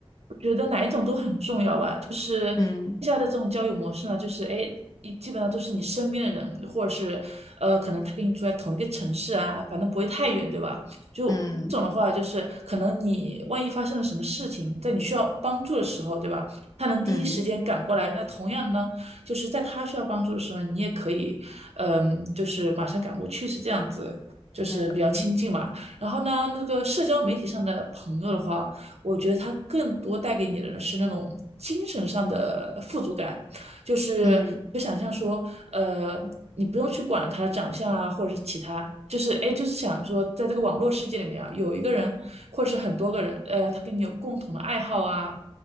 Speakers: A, on the right (about 85°); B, on the left (about 35°).
A: 觉得哪一种都很重要吧。就是
B: 嗯
A: 现在的这种交友模式呢，就是哎，你基本上都是你身边的人，或者是呃，可能他跟你住在同一个城市啊，反正不会太远，对吧？就这种的话，
B: 嗯
A: 就是可能你万一发生了什么事情，在你需要帮助的时候，对吧？他能第一时间赶过来。
B: 嗯
A: 那同样呢，就是在他需要帮助的时候，你也可以，嗯，就是马上赶过去，是这样子。就是比较亲近嘛，
B: 嗯
A: 然后呢，那个社交媒体上的朋友的话，我觉得它更多带给你的呢是那种精神上的富足感，就是就想象说，
B: 嗯
A: 呃，你不用去管他的长相啊，或者是其他，就是哎，就是想说，在这个网络世界里面啊，有一个人或者是很多个人，呃，他跟你有共同的爱好啊，